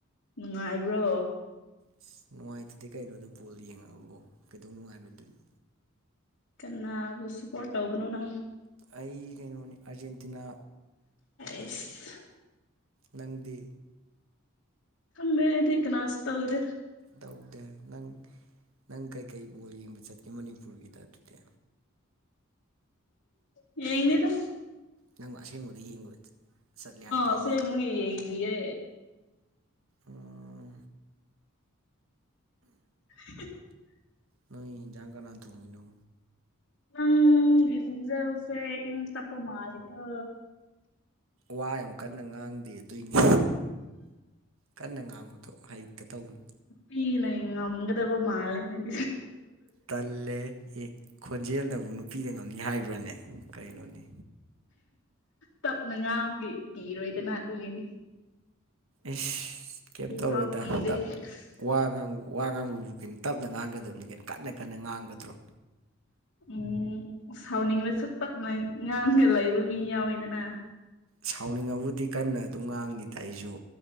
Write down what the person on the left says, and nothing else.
ꯅꯨꯡꯉꯥꯏꯕ꯭ꯔꯣ
ꯀꯅꯥꯕꯨꯁꯨꯄꯣꯇꯣꯕꯅꯅ
ꯑꯁ
ꯊꯦ ꯍꯥꯏꯗꯤꯒꯅꯥꯥꯁ ꯇꯒ꯭ꯔꯦ
ꯎ ꯌꯦꯉꯅꯤꯗ
ꯑꯁ ꯂꯩꯦ ꯃꯒꯤ ꯌꯦꯗꯤꯌꯦ
<inaudible>
ꯎꯪ ꯂꯤꯈꯨꯟꯖꯦꯜꯁꯦ ꯏꯪ ꯇꯞ ꯃꯥ ꯂꯩꯇ
ꯄꯤꯅꯦ ꯏ ꯑꯃꯪꯗꯕ ꯃꯥꯜꯦꯅꯪ
ꯇꯞꯅ ꯉꯥꯒꯤ ꯀꯤꯔꯣꯏꯗꯅ ꯑꯗꯨꯒꯤꯅꯤ
ꯑꯩ
ꯐꯥꯎ ꯀꯤꯗꯦ ꯍꯦꯁ
ꯎꯝ ꯁꯥꯎꯅꯤꯡꯅꯁꯨꯨꯞ ꯄꯛꯅ ꯉꯥꯡꯒ ꯂꯩꯕ ꯃꯤ ꯌꯥꯎꯋꯤꯗꯅ